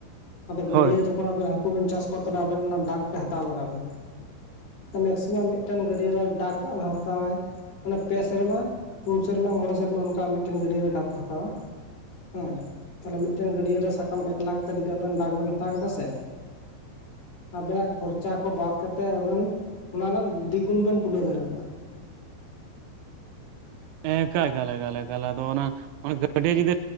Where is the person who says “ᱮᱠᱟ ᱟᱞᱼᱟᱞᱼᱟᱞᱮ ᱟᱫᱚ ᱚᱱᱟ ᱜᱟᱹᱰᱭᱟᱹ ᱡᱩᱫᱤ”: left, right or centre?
Right